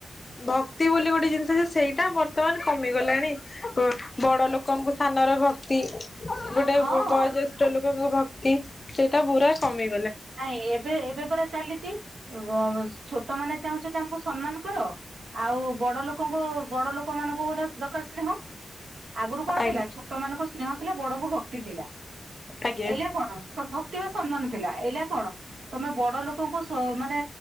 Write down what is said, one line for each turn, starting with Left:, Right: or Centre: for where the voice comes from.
Left: ଭକ୍ତି ବୋଲି ଗୋଟେ ଜିନିଷ ଯେ ସେଇ ଟା ବର୍ତ୍ତମାନ କମିଗଲାଣି କ ବଡ ଲୋକଙ୍କୁ ସାନ ର ଭକ୍ତି ଗୋଟେ
Right: ହଁ
Left: ବୟୋଜ୍ୟେଷ୍ଠ ଲୋକଙ୍କୁ ଭକ୍ତି ସେଇଟା ବୁରା କମି
Right: ନାଇଁ ଏବେ ଏବେ ପରା ଚାଲି <unintelligible> ଛୋଟ ମାନେ ଚାହୁଁଛନ୍ତି ଆମକୁ ସମ୍ମାନ କର ଆଉ ବଡ ଲୋକଙ୍କୁ ବଡ ଲୋକ ମାନଙ୍କୁ ଗୋଟେ ଦକାର ସ୍ନେହ ଆଗରୁ କଣ
Left: ଆଜ୍ଞା
Right: ଥିଲା ଛୋଟ ମାନଙ୍କ ସ୍ନେହ ଥିଲା ବଡଙ୍କୁ ଭକ୍ତି ଥିଲା।
Left: ଆଜ୍ଞା
Right: ଏଇଲା କଣ ଭକ୍ତି ବା ସମ୍ମାନ ଥିଲା ଏଇଲା କଣ ତମେ ବଡ ଲୋକଙ୍କୁ ସ ମାନେ